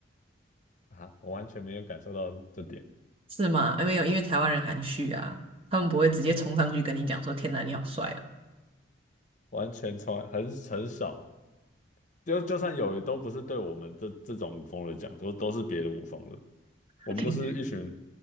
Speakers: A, on the left; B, on the right.
A: 啊，我完全没有感受到这点，
B: 是吗？哎没有，因为台湾人含蓄啊，他们不会直接冲上去跟你讲说“天哪，你好帅啊！”
A: 完全从来很很少，就就算有，也都不是对我们这这种舞风的讲，说都是别的舞风的。我们都是一群
B: <laughs> 你